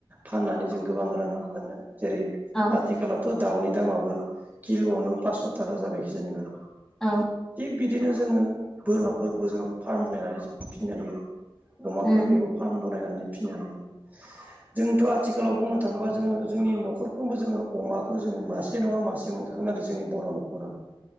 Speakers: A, on the right; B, in the centre.
A: फाननानै जों गोबां रां मोनो। जेरै
B: औ
A: आथिखालावथ' दाउनि दामाबो किल'आवनो पास्स' थाखा जाबाय खिजानिबा।
B: औ।
A: बिदिनो जोङो बोरमाफोरखौबो जोङो फार्म बनायनानै जों फिनो हायो। अमाफोरखौबो
B: उम
A: फार्म बनायनानै फिनो हायो। जोंथ' आथिखालाव बुंनो थाङोबा जोङो जोंनि न'खरफ्रोमबो जोङो अमाखौ जोङो मासे नङा मासे मोन गोन आरो जोंनि बर' न'खराव